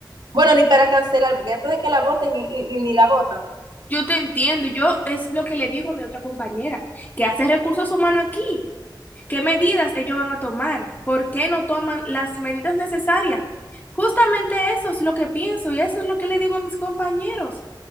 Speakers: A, on the right; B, on the left.
A: Bueno, ni para cancelar, porque antes de que la voten y, y- y ni la votan.
B: Yo te entiendo, y yo es lo que le digo a mi otra compañera, que hace recursos humanos aquí. ¿Qué medidas ellos van a tomar? ¿Por qué no toman las medidas necesarias? Justamente eso es lo que pienso y eso es lo que le digo a mis compañeros.